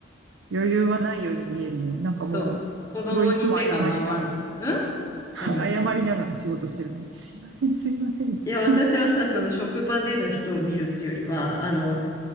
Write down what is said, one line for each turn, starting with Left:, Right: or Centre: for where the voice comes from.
Right: 余裕はないように見えるね。なんかもう、
Left: そう。子供に手が回んない。
Right: すごいいつも謝りながら、
Left: ん
Right: <laughs> 謝りながら仕事してる感じ。
Left: 何
Right: すいません、すいません、みたいな。
Left: いや、
Right: 子供ができて。
Left: 私はさ、その職場での人を見るっていうよりは、あの、